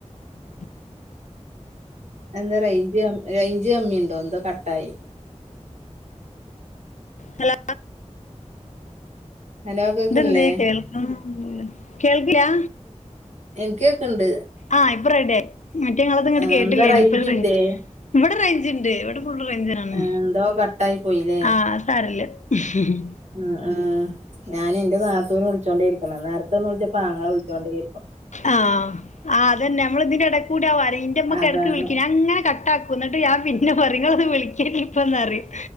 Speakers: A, on the left; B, on the right.
A: <inaudible>
B: എന്താ range range കമ്മിണ്ടോ എന്തോ കട്ടായി
A: ഹലൊ
B: ഹലോ കേക്കണില്ലേ
A: ദ് എന്തെ കേൾക്ക കേൾക്കിലാ
B: എനിക്ക് കേക്കണ്ട്
A: ആഹ് ഇപൊ റെഡി ആയി മറ്റേ ങ്ങളത് ഇങ്ങോട്ട്
B: ആ,
A: കേട്ടില്ലേനി
B: എന്താ റേഞ്ച്
A: ഇപ്പറേ
B: ഇല്ലേ
A: ഇവിടെ റേഞ്ച്ണ്ട് ഇവിടെ ഫുൾ റേഞ്ചിനാണ്
B: ആ, എന്തോ കട്ടായി പോയില്ലേ
A: ആഹ് സാരല്ല ഉഉ ഉ
B: ഉം ഉം ഞാൻ എന്റെ നാത്തൂന വിളിച്ചോണ്ടിരിക്കണ നേര പെട്ടെന്ന് വിളിച്ചപ്പം ആങ്ങള വിളിച്ചോണ്ടേയിരിക്കാ
A: ആഹ് അതന്നെ നമ്മള് ഇതിന്റെ ഇടകൂടെ ആവാറേ ഇന്റെമ്മൊക്കെ
B: അതാണ്
A: ഇടക്ക് വിളികും ഞാനിങ്ങനെ കട്ടാക്കും ന്നിട്ട് ഞാൻ പിന്നെ പറയും ഇങ്ങളൊന്ന് വിളിക്ക് ഇപ്പന്നറിയും